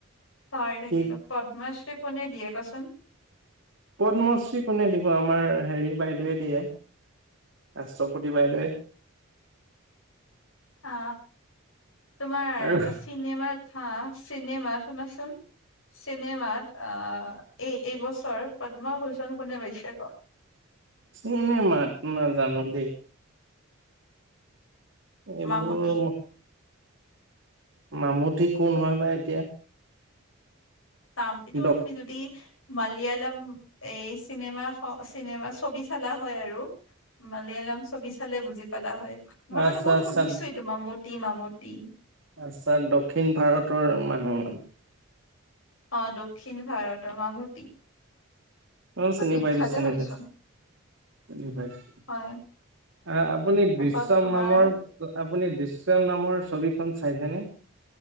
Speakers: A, on the left (about 70°); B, on the right (about 60°).
A: পাহৰি থাকিলো
B: কি
A: পদ্মাশ্ৰী কোনে দিয়ে কচোন
B: পদ্মশ্ৰী কোনে দিব আমাৰ হেৰি বাইদেৱে দিয়ে ৰাষ্ট্ৰপতি বাইদেৱে
A: অ তোমাৰ
B: আৰু
A: চিনেমাত হা চিনেমাত শুনাচোন চিনেমাত আ এই এই বছৰ পদ্মভূষণ কোনে পাইছে ক
B: চিনেমাত না জানো দেই এইবোৰ
A: মামুটি
B: ম মামুঠি কোন হয় বা এতিয়া?
A: তাম এইটো
B: ডক
A: তুমি যদি মালয়ালম এই চিনেমা খ চিনেমা ছবি চালা হয় আৰু মালিয়ালম ছবি চালে বুজি পালা হয়। মই
B: আচ্ছা
A: মানে বহুত
B: আচ্ছা
A: শুনিচোয়ে তোমাৰ মোত তি মা মূৰ্তি
B: আচ্ছা, দক্ষিণ ভাৰতৰ মানুহ মানে
A: অ', দক্ষিণ ভাৰতৰ মামু
B: অ', চিনি
A: বিখ্যাতে
B: পাইছোঁ, চিনি
A: হয়চোন
B: পাইছোঁ, চিনি পাইছোঁ,
A: হয়
B: অ', আপুনি
A: তাৰছত
B: দৃশ্যম
A: তোমাৰ
B: নামৰ আপুনি দৃশ্য নামৰ ছবিখন চাইছেনে <inaudible>